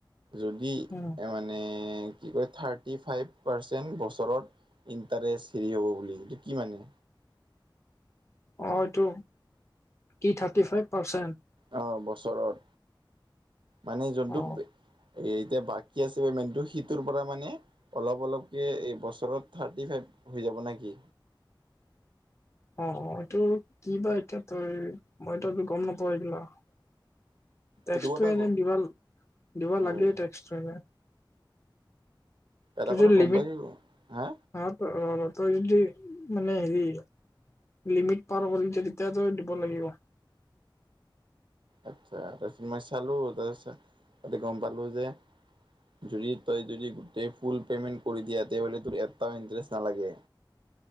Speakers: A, on the right (about 70°); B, on the left (about 35°).
A: যদি
B: উম
A: মানে কি কয় থাৰ্টি ফাইভ পাৰচেন্ট বছৰত তাৰে চিৰি হ'ব বুলি এইটো কি মানে?
B: অ', এইটো কি থাৰ্টি ফাইভ পাৰ্চেণ্ট?
A: অ', বছৰত মানে যোনটো
B: অ
A: এতিয়া বাক কী আছে পেমেণ্টটো সিটোৰ পৰা মানে অলপ অলপকে এই বছৰত থাৰ্টি ফাইভ হৈ যাব নে কি?
B: অ', অ', এইটো কি বা এতিয়া তোৰ মইটো গম নাপাওঁ এইগিলাক। টেক্সটো
A: এইটো কথা
B: এনে
A: ক
B: দিবা দিবা
A: হয়
B: লাগে টেক্সটো এনে।
A: এটা
B: তই
A: কথা
B: যদি
A: গম
B: লিমিট
A: পাই আহিলো হা?
B: <unintelligible> তই যদি মানে হেৰি লিমিট পাৰ কৰিছ তেতিয়া তই দিব লাগিব।
A: আচ্ছা তাৰপিছত মই চালো তাৰ পিছত তাতে গম পালো যে যদি তই যদি গোটেই ফোল পেমেণ্ট কৰি দিয়াহতে তোৰ এটাও ইণ্টাৰেষ্ট নালাগে।